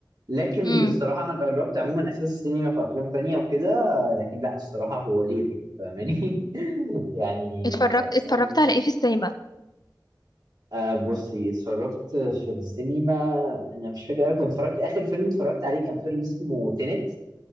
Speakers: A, on the right (about 60°); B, on the left (about 60°).
A: لكن
B: امم
A: الصراحه انا جربت عموما احساس السينما في افلام تانية وكده لكن لا الصراحه هو غير فاهماني <laughs> يعني
B: اتفرجت
A: احساس
B: اتفرجت على ايه في السينما
A: آه بصي اتفرجت في السينما انا مش فاكر أوي كنت اتفرجت اخر فيلم اتفرجت عليه كان فيلم اسمه تينت